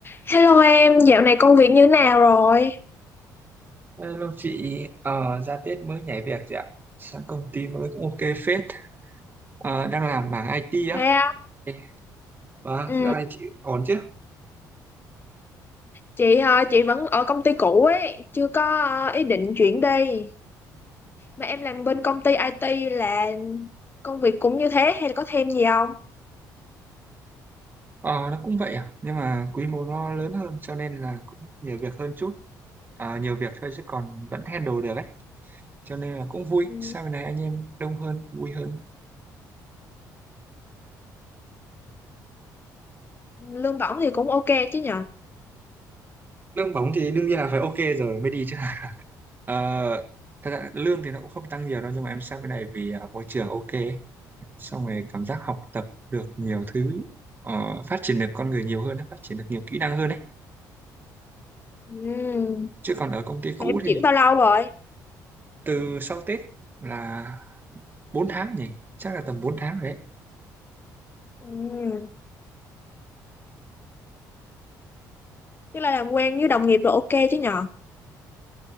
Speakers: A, on the left; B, on the right.
A: Hello em, dạo này công việc như nào rồi?
B: Hello chị, ờ, ra Tết mới nhảy việc chị ạ. Sang công ty mới cũng ok phết. Ờ, đang làm mảng IT
A: Sao?
B: á. Ê, Vâng,
A: Ừ,
B: dạo này chị ổn chứ?
A: chị ờ, chị vẫn ở công ty cũ ấy, chưa có ờ, ý định chuyển đi. Mà em làm bên công ty IT là công việc cũng như thế hay là có thêm gì không?
B: Ờ, nó cũng vậy à, nhưng mà quy mô nó lớn hơn cho nên là cũng nhiều việc hơn chút. Ờ, nhiều việc thôi chứ còn vẫn handle được ấy. Cho nên là cũng vui.
A: Ừ,
B: Sau này anh em đông hơn, vui hơn.
A: lương bổng thì cũng ok chứ nhờ.
B: Lương bóng thì đương nhiên là phải ok rồi mới đi chứ. Ờ, thật ra lương thì nó cũng không tăng nhiều đâu nhưng mà em sang bên này vì ờ, môi trường ok. xong rồi cảm giác học tập được nhiều thứ ờ, phát triển được con người nhiều hơn phát triển được nhiều kỹ năng hơn đấy
A: Ừ,
B: chứ còn ở công ty cũ
A: mà em
B: thì
A: chuyển bao lâu rồi?
B: từ sau Tết là 4 tháng nhỉ chắc là tầm 4 tháng rồi đấy
A: Ừ, tức là làm quen với đồng nghiệp rồi ok chứ nhờ.